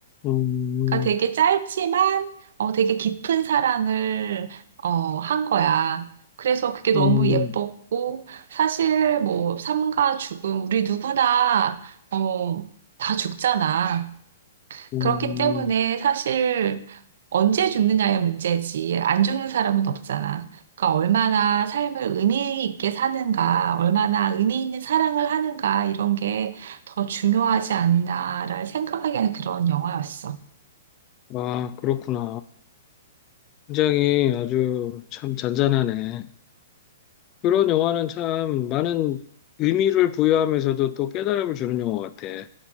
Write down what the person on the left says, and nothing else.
음,
음,
음.
아, 그렇구나. 굉장히 아주 참 잔잔하네. 그런 영화는 참 많은 의미를 부여하면서도 또 깨달음을 주는 영화 같아.